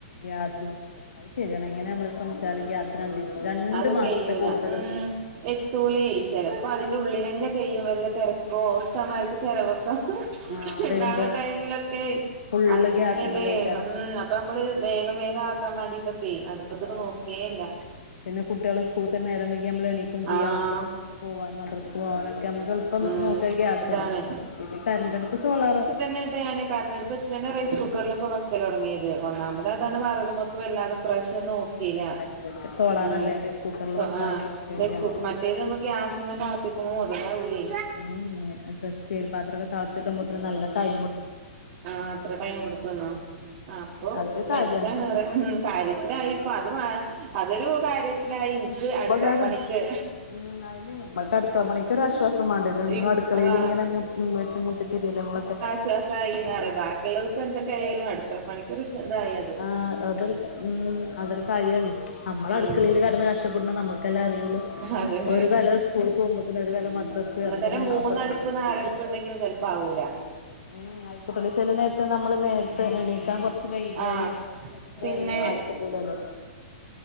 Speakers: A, on the left (about 75°); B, on the right (about 40°).
A: ഗ്യാസ് നിക്കൂ അത് ശെരിയാണ് എങ്ങനെ നമ്മള് ശ്രമിച്ചാലും ഗ്യാസ് രണ്ടീസ രണ്ടു
B: അത്
A: മാസത്ത്
B: കയ്യൂല
A: കൂടുത
B: ഉം എത്തൂലേ ചെല പ്പോ അതിൻ്റെ ഉള്ളിലെന്നെ കെയ്യും വല്ല തെരക്കോ ഉസ്താന്മാർക്ക് ചെലവൊക്കെ
A: ആഹ്
B: ഇണ്ടാണെ
A: വരുമ്പം
B: ടൈമിലൊക്കെ
A: ഫുള്ള്
B: അതന്നലെ
A: ഗ്യാസ്മ്മലേക്കാരം
B: അപ്പമ്മള് വേഗം വേഗം ആക്കാൻ വേണ്ടിട്ടൊക്കെ അടുപ്പത്ത്ക്ക്
A: ആകും
B: നോക്കേ ഇല്ല.
A: പിന്നെ കുട്യള് സ്കൂക്ക് നേരം വൈകിമ്മക്ക് എണീക്കും ചെയ്യാ
B: ആഹ്
A: അവര്ക്ക് സ്കൂൾക്ക് പോകാനും മദ്രസ്ക്ക് പോകാനൊക്കെ നമക്ക് എളുപ്പം
B: ഉം
A: നോക്യാ ഗ്യാസെല്ലേ
B: ഇതാണ്
A: ഇത് കറണ്ടടുപ്പ് സോളാറ്
B: ട്ട് ഞാന് കാരൻ്റടുപ്പ് വെച്ച്കാണ്ട് ഞാ റൈസ് കുക്കർലാ ഇപ്പൊ വെക്കലൊടങ്ങീത് ഒന്നാമത്
A: ആഹ്
B: അതാണ് വെറക്മക്ക് വല്ലാതെ ഇപ്രാശം നോക്കീല.
A: അതൊക്കെ സോളാറല്ലേ
B: ഉം
A: റൈസ് കുക്കർല്
B: സോ
A: വെക്കാലോന്ന്ള്ളൊര്ത്
B: ആഹ് റൈസ്
A: ഞങ്ങക്ക്
B: കുക്ക് മറ്റേത് നമ്മക് ഗ്യാസ്മെ തളപ്പിക്കുമ്പോ മൊതലാവൂലേ?
A: ഏ ഏ സ്റ്റീൽപാത്രൊക്കെ ത ളച്ച് വരുമ്പോത്തിനും നല്ല ടൈ
B: ആഹ് അത്ര ടൈമ്ട്ക്കുന്നോ? അപ്പൊ
A: അതൊരു
B: മെച്ചാണ്റിയാ
A: കാര്യാണ്
B: ഉം കാര്യത്തിലായി ഇപ്പൊ അത് മാ അതൊരു കാര്യത്തിലായി ഇൻക്ക് അട്ക്കളപ്പണിക്ക്.
A: ഉപകാരം ഉം ഐന് നമുക്ക് അടുക്കള പണിക്കൊരു ആശ്വാസമാണ്ടെ ഇതെന്നും
B: ഇൻ
A: അടുക്കളയില്ങ്ങനെ
B: ആഹ്
A: വെട്ടി മുട്ടിത്തിരിയല്ലെ നമ്മളൊക്കെ
B: ആശ്വാസായീന്നറിയാ ബാക്കിയുള്ളത് ഇപ്പോ എന്തെക്കെയാലും അടുകള പണിക്ക് ഒരുതായല്ലോ?
A: ആഹ് അതൊര് ഉം അതൊരു കാര്യാണ്. അമ്മള്
B: ഉം
A: അടുക്കളീല് കടന്ന് കഷ്ടപ്പെടുന്നെ നമുക്ക ല്ലെ അറിയൊള്ളൂ
B: അതന്നെ
A: ഒരു തല സ്കൂൾക് പോകുമ്പേക്കെനും ഒരു തല മദ്രസ്
B: ഇന്നാത്തന്നെ
A: അപ്പത്തിന്
B: മൂന്നട്പ്പ്
A: അപ്പുറത്തെ
B: നാലട്പ്പ് ഇണ്ടെങ്കിലും ചെലപ്പാവൂല
A: ഏഹ് ആയിക്കോട്ടല ചെല നേര്ത്ത് നമ്മള് നേര്ത്തെ എണീ ക്കാൻ കൊർച്ച് വൈകിയാല്
B: ആഹ്
A: എത്രായാലും
B: പിന്നെ
A: ആയിക്കിട്ടൂലല്ലോ